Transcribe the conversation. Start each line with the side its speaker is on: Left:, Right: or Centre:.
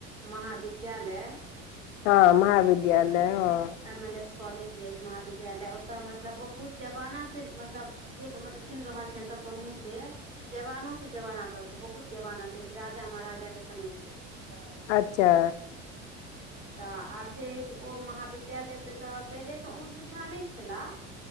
Right: महाविद्यालय
Left: हँ महाविद्यालय हँ
Right: एम एल एस कॉलेज जे महाविद्यालय ओतऽ मतलब बहुत जमाना से मतलब देख मतलब सुनि रहल छियनि सबके मुँह से कि जवानो से जवाना पर से बहुत जबाना से छै राजा महाराजाके समयसँ छै
Left: अच्छा
Right: तऽ आब जे अछि ओ महाविद्यालयपे तऽ पहिले तऽ ओहन सुविधा नहि छलह